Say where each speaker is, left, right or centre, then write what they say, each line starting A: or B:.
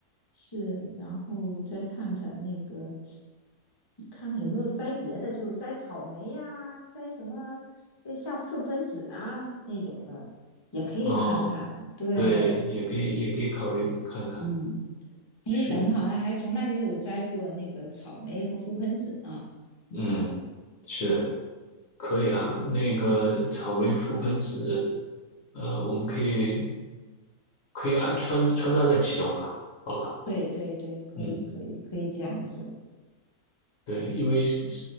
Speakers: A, on the left; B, on the left.
A: 是，然后再看看那个，看看有没有摘别的，就摘草莓呀、摘什么，呃像覆盆子啊那种的，也可以看看。
B: 啊、
A: 对，
B: 对，也可以，也可以考虑看看。
A: 嗯，因为咱们好像还从来没有摘过那个草莓和覆盆子啊。
B: 是，嗯，是可以啊。那个草莓覆盆子，呃，我们可以可以安穿穿插在其中吧？好吧，
A: 对对对，可以可以可以这样子。
B: 嗯。对，因为是